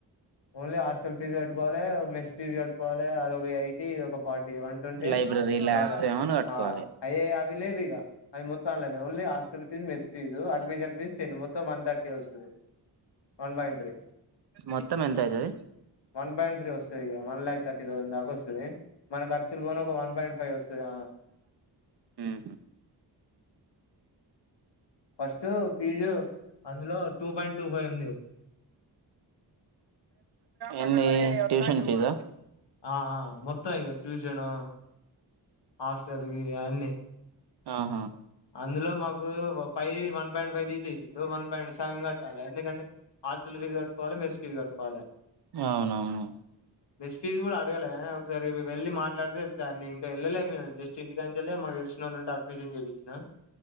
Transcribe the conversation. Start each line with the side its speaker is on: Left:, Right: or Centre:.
Left: ఓన్లీ హాస్టల్ ఫీజ కట్టుకోవాలి మెస్ ఫీజ్ కట్టుకో వలె అదొక ఎయిటీ ఇది ఒక ఫార్టీ వన్ ట్వంటీ
Right: లైబ్రరీ ల్యాబ్స్
Left: మళ్ళా
Right: ఏమని కట్టుకోవాలి
Left: ఆ అయే అవి లేవు ఇక అవి మొత్తంనే ఓన్లీ హా fees mess fee admission fees ten మొత్తం వన్ థర్టీ వస్తది వన్ పాయింట్ త్రీ
Right: మొత్తం ఎంత అయితది
Left: వన్ పాయింట్ త్రీ వస్తది ఇక వన్ లాక్ థర్టీ థౌజండ్ దాకా వస్తది మన ఖర్చులు పోను ఒక వన్ పాయింట్ ఫైవ్ వస్తది ఆ
Right: ఉహు
Left: ఫస్ట్ ఫీజు అందులో టూ పాయింట్ టూ ఫైవ్ ఉంది
Right: ఏంది ట్యూషన్ ఫీజా
Left: ఆ మొత్తం ఇక ట్యూషను హాస్టల్కి అన్నీ
Right: ఆహా
Left: అందులో మాకు ఫైవ్ వన్ పాయింట్ ఫైవ్ తీసేసిండు వన్ పాయింట్ సగం గట్టాలె ఎందుకంటే హాస్టల్ ఫీజు గట్టుకోవాలె మెస్ ఫీజు గట్టుకోవాలే
Right: అవునవును
Left: మెస్ ఫీజ గూడ అడగలే ఒకసారి వె వెళ్ళి మాట్లాడితే తెల్తయ్ అన్ని ఇక ఎళ్ళలేే మేం జస్ట్ ఇంటికాంచలే మాకు తెల్సినోలుంటే అడ్మిషన్ జేపిచ్చినా